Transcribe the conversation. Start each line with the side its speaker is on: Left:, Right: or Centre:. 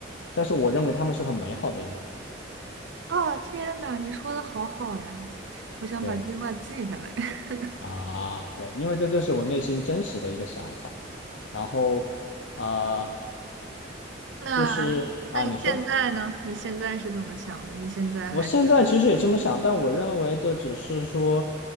Left: 但是我认为他们是很美好的一部分。
Right: 啊，天呐，你说的好好呀，我想把这句话记下来。
Left: 对啊，
Right: <laughs>
Left: 啊，对，因为这就是我内心真实的一个想法。然后啊、
Right: 那。
Left: 就是啊，你说。
Right: 现在呢？你现在是怎么想的？你现在还是
Left: 我现在其实也这么想，但我认为这只是说